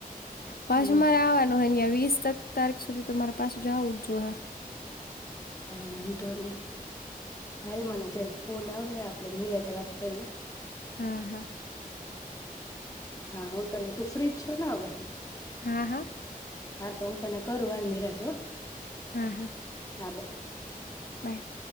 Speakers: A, on the left; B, on the left.
A: પાછ
B: હમ
A: મારે આવવાનું હન વીસ તારીખ સુધી તમારા પાસે જાવું જ જોએ
B: કઈ વાંધો નહી હાલ મને જ્યારેક ફોન આવે આપણે નિરાતે વાત કર્યું
A: હા હા
B: હા હું તને તું ફ્રીજ છો ને હવે
A: હા હા
B: હા તો હું તને કરું હાલ નિરાતો
A: હા હા
B: હા બાઈ
A: બાય